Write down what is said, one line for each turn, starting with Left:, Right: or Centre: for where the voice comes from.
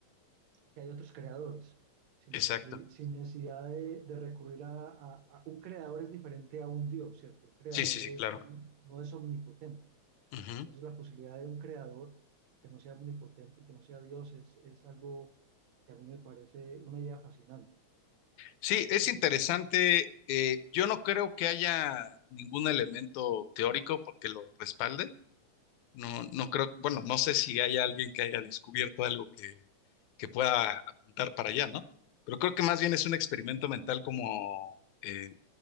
Right: que hay otros creadores, sin,
Left: exacto.
Right: necesi- sin necesidad de, de recurrir a, a- a- un creador es diferente a un Dios, ¿cierto? Un creador
Left: Sí, sí, sí,
Right: es
Left: claro.
Right: un, no es omnipotente.
Left: Ujú.
Right: Entonces la posibilidad de un creador que no sea omnipotente y que no sea Dios es, es algo que a mí me parece una idea fascinante.
Left: Sí,
Right: Eh,
Left: es interesante. Eh, yo no creo que haya ningún elemento teórico porque lo respalde. No, no creo, bueno, no sé si hay alguien que haya descubierto algo que, que pueda apuntar para allá, ¿no? Pero creo que más bien es un experimento mental como, eh,